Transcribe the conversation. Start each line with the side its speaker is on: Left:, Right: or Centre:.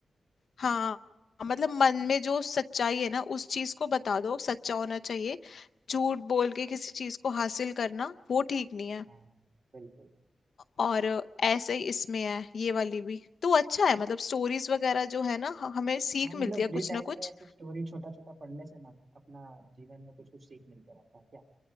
Left: हाँ मतलब मन में जो सच्चाई है ना उस चीज को बता दो सच्चा होना चाहिए झूठ बोल के किसी चीज को हासिल करना वो ठीक नहीं है
Right: हाँ बिल्कुल
Left: और ऐसे ही इसमें है ये वाली भी तो अच्छा है मतलब स्टोरीज वगैरह जो है ना ह- हमें सीख
Right: हाँ मतलब
Left: मिलती है
Right: फ्री
Left: कुछ
Right: टाइम
Left: ना कुछ
Right: में ऐसे स्टोरी छोटा छोटा पढ़ने से ना अपना जीवन में कुछ कुछ सीख मिलते रहता है क्या